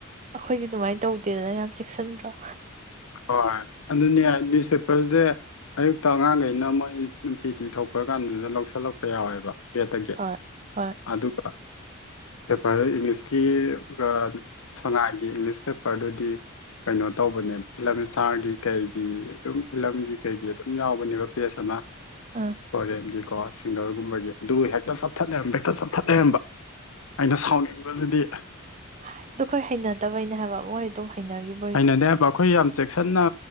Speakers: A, on the right (about 35°); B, on the left (about 80°).
A: ꯑꯩꯈꯣꯏꯗꯤ ꯑꯗꯨꯃꯥꯏꯅ ꯇꯧꯗꯦꯗꯅ ꯌꯥꯝ ꯆꯦꯛꯁꯤꯟꯗ꯭ꯔꯣ
B: ꯍꯣꯏ ꯑꯗꯨꯅꯦ ꯅ꯭ꯌꯨꯁꯄꯦꯄꯔꯁꯦ ꯑꯌꯨꯛꯇ ꯑꯉꯥꯡꯈꯩꯅ ꯃꯣꯏ ꯅꯨꯡꯇꯤꯒꯤ ꯊꯣꯛꯄ ꯀꯥꯟꯗꯨꯗ ꯂꯧꯁꯤꯜꯂꯛꯄ ꯌꯥꯎꯋꯦꯕ ꯒꯦꯠꯇꯒꯤ
A: ꯍꯣꯏ ꯍꯣꯏ
B: ꯑꯗꯨꯒ ꯄꯦꯄꯔ ꯏꯪꯂꯤꯁꯀꯤ ꯒꯥ ꯁꯉꯥꯏꯒꯤ ꯏꯪꯂꯤꯁ ꯄꯦꯄꯔꯗꯨꯗꯤ ꯀꯩꯅꯣ ꯇꯧꯕꯅꯦ ꯐꯤꯂꯝ ꯏꯁꯇꯥꯔꯒꯤ ꯀꯩꯒꯤ ꯑꯗꯨꯝ ꯐꯤꯂꯝꯒꯤ ꯀꯩꯒꯤ ꯑꯗꯨꯝ ꯌꯥꯎꯕꯅꯦꯕ ꯄꯦꯖ ꯑꯃ
A: ꯑꯥ
B: ꯐꯣꯔꯦꯟꯒꯤꯀꯣ ꯁꯤꯡꯒꯔꯒꯨꯝꯕꯒꯤ ꯑꯗꯨ ꯍꯦꯛꯇ ꯆꯞꯊꯠ ꯂꯩꯔꯝꯕ ꯍꯦꯛꯇ ꯆꯞꯊꯠ ꯂꯩꯔꯝꯕ ꯑꯩꯅ ꯁꯥꯎꯅꯤꯡꯕꯁꯤꯗꯤ
A: ꯍꯥꯏ ꯗꯨ ꯑꯩꯈꯣꯏ ꯍꯩꯅꯗꯕꯩꯅꯦ ꯍꯥꯏꯕ ꯃꯣꯏ ꯑꯗꯨꯝ ꯍꯩꯅꯈꯤꯕ
B: ꯍꯩꯅꯗꯦꯕ ꯑꯩꯈꯣꯏ ꯌꯥꯝ ꯆꯦꯛꯁꯤꯟꯅ